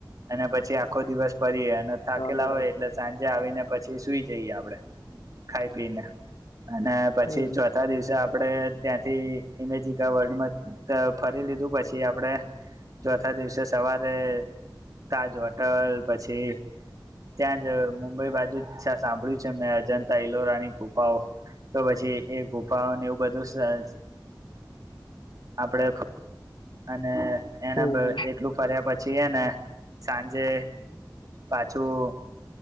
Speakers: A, on the right; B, on the left.
A: અને પછી આખો દિવસ પરી અને થાકેલા
B: હા બરાબર
A: હોય એટલે સાંજે આવીને પછી સુઈ જઈએ આપડે ખાઈ પીને અને પછી
B: હમ
A: ચોથા દિવસે આપ આપણેે ત્યાંથી ઇમેજિકા વર્લ્ડમાં ફરી લીધું પછી આપણે ચોથ થા દિવસે સવારે તાજ હોટલ પછી ત્યાં જ કોઈ બાજુ સાંભળ્યું છે એમ ભજન? તૈલોરાની ગુફાઓ તો પછી એ ગુફાઓને એવું બધું શાયદ આપડે અને એના
B: હમ
A: પ
B: હમ
A: એટલું ફર્યા પછી જીએ ને સાંજે પાછું